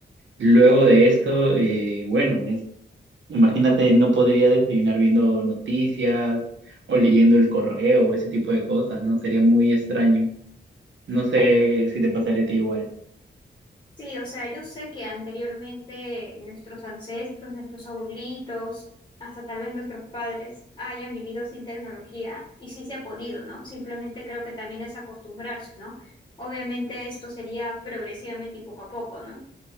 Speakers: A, on the right; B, on the left.
A: Luego de eso, eh, bueno, es, imagínate, no podría desayunar viendo noticias o leyendo el correo o ese tipo de cosas, ¿no? Sería muy extraño. No sé si te pasaría a ti igual.
B: Sí, o sea, yo sé que anteriormente nuestros ancestros, nuestros abuelitos, hasta tal vez nuestros padres hayan vivido sin tecnología y sí se ha podido, ¿no? Simplemente creo que también es acostumbrarse, ¿no? Obviamente esto sería progresivamente y poco a poco, ¿no?